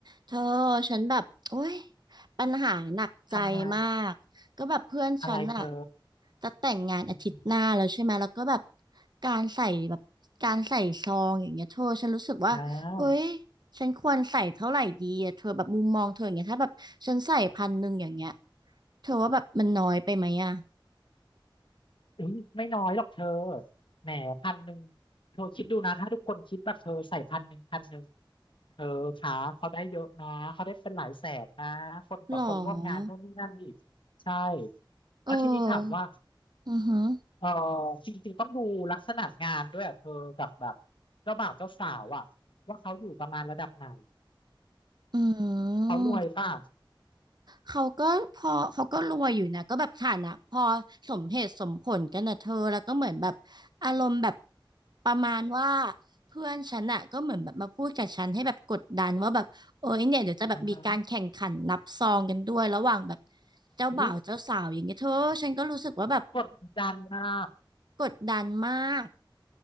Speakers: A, on the right (about 55°); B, on the left (about 70°).
A: เธอฉันแบบโอ้ยปัญหาหนักใจมากก็แบบเพื่อนฉันอะ
B: ทำไมอะไรเธอ
A: จะแต่งงานอาทิตย์หน้าแล้วใช่ไหมแล้วก็แบบ
B: อือหือ
A: การใส่แบบการใส่ซองอย่างเงี้ยเธอฉันรู้สึกว่าเอ้ย
B: อ่า
A: ฉันควรใส่เท่าไหร่ดีอะเธอแบบมุมมองเธออย่างเงี้ยถ้าแบบฉันใส่พันหนึ่งอย่างเงี้ยเธอว่าแบบมันน้อยไปไหมอะ
B: อุ้ยไม่น้อยหรอกเธอแหมพันหนึ่งเธอคิดดูนะถ้าทุกคนคิดแบบเธอใส่พันหนึ่งพันหนึ่งเธอคะเขาได้เยอะนะเขาได้เป็นหลายแสนนะคนกับคนร่วมงานนู่นนี่นั่นอีกใช่
A: หรอ
B: แล้วทีนี้ถามว่า
A: เอออือหือ
B: เออจริงๆต้องดูลักษณะงานด้วยอ่ะเธอกับแบบเจ้าบ่าวเจ้าสาวอ่ะว่าเขาอยู่ประมาณระดับไหน
A: อื
B: เขารวยป่ะ
A: ม เขาก็พอเขาก็รวยอยู่นะก็แบบฐานะพอสมเหตุสมผลกันนะเธอแล้วก็เหมือนแบบอารมณ์แบบประมาณว่าเพื่อนฉันอะก็เหมือนแบบมาพูดกับฉันให้แบบกดดันว่าแบบเอ้ยเนี่ยเดี๋ยวจะแบบมีการแข่งขันนับซองกันด้วยระหว่างแบบ
B: อ่าฮะ
A: เจ้าบ่าวเจ้าสาวอย่างเงี้ยเธอฉันก็รู้สึกว่าแบบ
B: เฮ้ยกดดันนะ
A: กดดันมาก